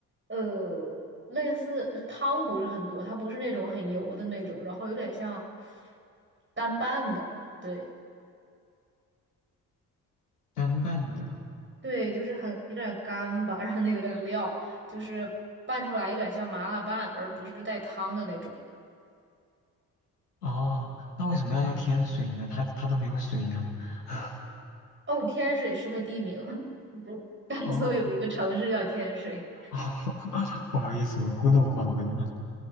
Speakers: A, on the right; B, on the left.
A: 呃，类似汤不是很多，它不是那种很油的那种，然后有点像干拌的，对
B: 干拌的？
A: 对，就是很有点干吧，<laughs> 然后那个料就是拌出来有点像麻辣拌，而不是带汤的那种了。
B: 哦，那为什么要叫天水呢？它它都没有水呀、<laughs>
A: 哦，天水是个地名，<laughs> 甘肃有一个城市叫天水。
B: 哦，<laughs> 不好意思，我孤陋寡闻了。